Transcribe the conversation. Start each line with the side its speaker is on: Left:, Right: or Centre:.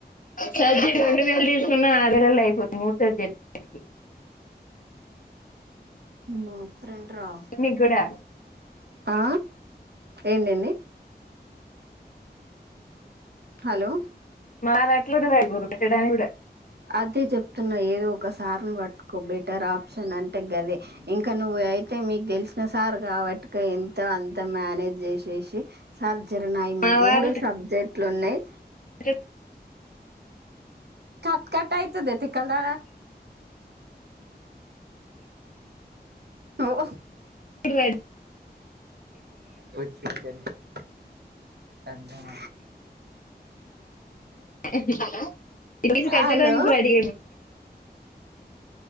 Left: సజీ రొండువేలు తీసుకున్నా మే నెల్లో అయిపోద్ది మూడు సబ్జెక్టలికి
Right: మ ఫ్రెండ్ రా
Left: నీకు కూడా
Right: ఆ ఏంటండి హలో
Left: మారాటలో ర <unintelligible>
Right: అదే చెప్తున్నా ఏదో ఒకసారిని పట్టుకో బెటర్ ఆప్షన్ అంటే గదే ఇంకా నువ్వు అయితే మీకు తెలిసిన సార్ కాబట్టుక ఇంతో అంతో మేనేజ్ చేసేసి సర్ద్ చరణాయము
Left: మా
Right: మూడు
Left: వాళ్ళు
Right: సబ్జెక్ ట్లు ఉన్నాయి
Left: <unintelligible>
Right: కట్ కట్ అయితదే తిక్కల్దన అవు
Left: ప్పుడ్ రే
Right: వచ్చండి అన్ని అన్నం
Left: <unintelligible> కట్టడంనికి
Right: హలో
Left: రెడీ